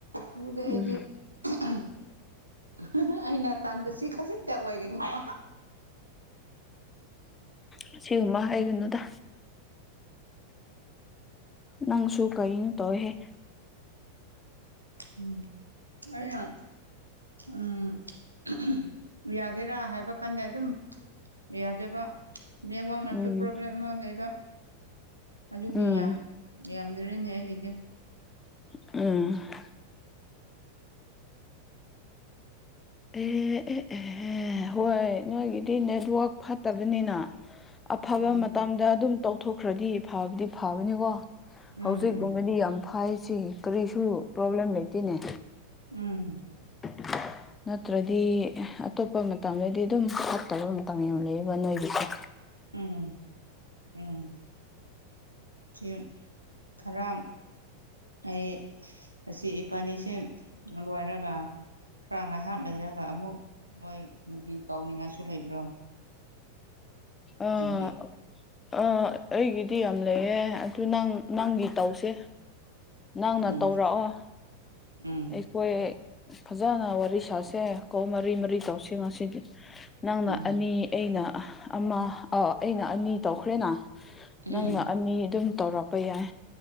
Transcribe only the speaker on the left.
ꯎꯝ
ꯎꯝ ꯁꯤꯒꯨꯝꯕ ꯍꯥꯏꯒꯅꯨꯗ꯫ ꯅꯪꯁꯨꯨ ꯀꯩꯟ ꯇꯧꯋꯦꯍꯦ
ꯎꯝ
ꯎꯝ
ꯑ ꯑꯦ ꯑꯦ ꯑꯦ ꯑꯦ ꯍꯣꯏ ꯅꯣꯏꯒꯤꯗꯤ ꯅꯦꯠꯋꯥꯛ ꯐꯠꯇꯕꯅꯤꯅ ꯑꯐꯕ
ꯃꯇꯝꯗ ꯑꯗꯨꯝ ꯇꯧꯊꯣꯛꯈ꯭ꯔꯗꯤ ꯐꯕꯗꯤ ꯐꯕꯅꯦꯀꯣ꯫
ꯍꯧꯖꯤꯛꯀꯨꯝꯕꯗꯤ
ꯌꯥꯝ ꯐꯩꯁꯤ ꯀꯔꯤꯁꯨ ꯄ꯭ꯔꯣꯕ꯭ꯂꯦꯝ ꯂꯩꯇꯦꯅꯦ꯫
<unintelligible> ꯅꯠꯇ꯭ꯔꯗꯤ ꯑꯇꯣꯞꯄ ꯃꯇꯝꯗꯗꯤ ꯑꯗꯨꯝ ꯐꯠꯇꯕ ꯃꯇꯝ ꯌꯥꯝ ꯂꯩꯌꯦꯕ ꯅꯣꯏꯒꯤꯁꯦ꯫
ꯑꯥ
ꯑꯥ ꯑꯩꯒꯤꯗꯤ ꯌꯥꯝ ꯂꯩꯌꯦ ꯑꯗꯨ ꯅꯪ ꯅꯪꯒꯤ ꯇꯧꯁꯦ꯫ ꯅꯪꯅ
ꯇꯧꯔꯛꯑꯣ
ꯑꯩ ꯈꯣꯏ ꯐꯖꯅ ꯋꯥꯔꯤ ꯁꯥꯁꯦ ꯀꯣ ꯃꯔꯤ ꯃꯔꯤ ꯇꯧꯁꯦ ꯉꯁꯤꯗꯤ꯫ ꯅꯪꯅ
ꯑꯅꯤ ꯑꯩꯅ ꯑꯃ ꯑꯥ ꯑꯩꯅ ꯑꯅꯤ ꯇꯧꯈ꯭ꯔꯦꯅ
ꯅꯪꯅ ꯑꯅꯤ ꯑꯗꯨꯝ ꯇꯧꯔꯛꯄ ꯌꯥꯏ꯫